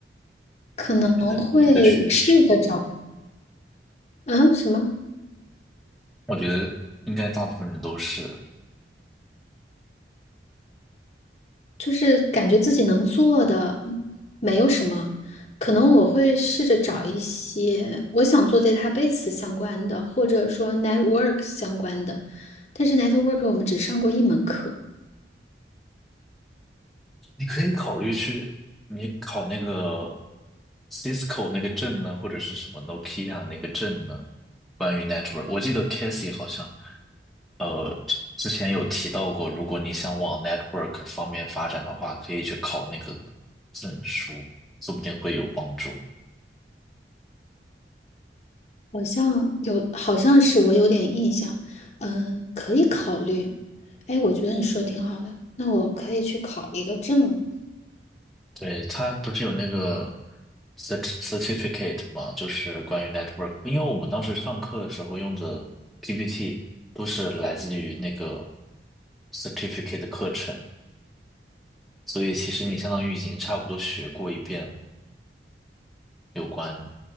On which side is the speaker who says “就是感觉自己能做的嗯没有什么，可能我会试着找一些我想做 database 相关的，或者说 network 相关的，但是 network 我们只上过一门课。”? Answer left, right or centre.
Left